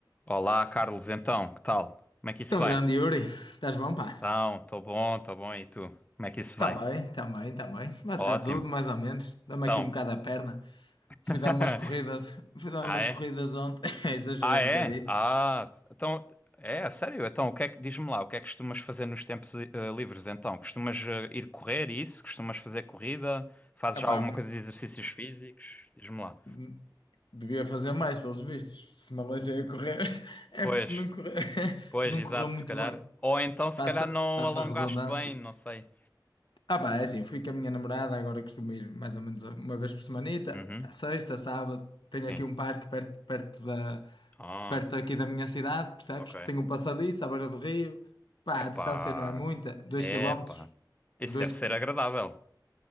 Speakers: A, on the left; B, on the left.
A: Olá, Carlos, então, que tal? Como é que isso
B: tão
A: vai?
B: grande Yuri, estás bom, pá?
A: Então, estou bom, estou bom, e tu? Como é que isso
B: Também,
A: vai?
B: também, também. Mas
A: Ótimo.
B: está tudo, mais ou menos. Dá-me
A: Então,
B: aqui um bocado a perna. Fui
A: <laughs>
B: dar umas corridas, <laughs> fui dar
A: ah
B: umas
A: é?
B: corridas ontem, <laughs> exagerei
A: Ah
B: um
A: é?
B: bocadito.
A: Ah, então, é, a sério? Então, o que é que, diz-me lá, o que é que costumas fazer nos tempos eh, livres, então? Costumas eh, ir correr e isso? Costumas fazer corrida? Fazes já
B: Epá,
A: alguma coisa de exercícios físicos? Diz-me lá.
B: m- devia fazer mais, pelos vistos. Se me aleijei a correr, <laughs> é
A: Pois,
B: porque não correu, <laughs>
A: pois,
B: não
A: exato,
B: correu muito
A: se calhar.
B: bem.
A: Ou então, se
B: Passa,
A: calhar não
B: passa
A: alongaste
B: a redundância.
A: bem, não sei.
B: Ah pá, é assim, fui com a minha namorada, agora costumo ir mais ou menos uma vez por semanita,
A: Uhum,
B: à sexta, sábado, tenho
A: sim.
B: aqui um parque perto, perto da,
A: Ah,
B: perto aqui da minha cidade, percebes?
A: ok.
B: Tenho um passadiço à beira do rio, pá,
A: Epá,
B: a distância não é muita, dois
A: epá.
B: quilómetros,
A: Isso
B: dois...
A: deve ser agradável.